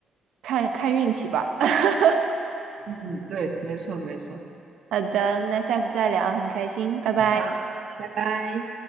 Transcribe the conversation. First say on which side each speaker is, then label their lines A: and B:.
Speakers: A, on the right; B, on the right.
A: 看看运气吧。<laughs>
B: 嗯，对，没错，没错，
A: 好的，那下次再聊，很开心，拜拜。
B: 好，拜拜。